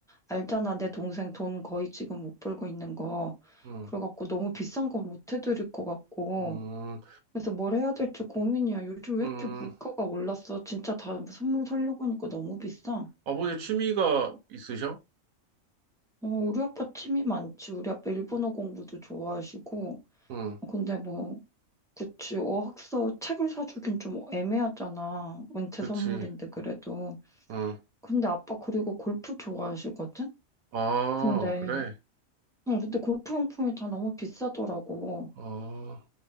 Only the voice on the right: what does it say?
응,
음,
음,
아버지 취미가 있으셔?
응,
그치.
응,
아,
그래.
아,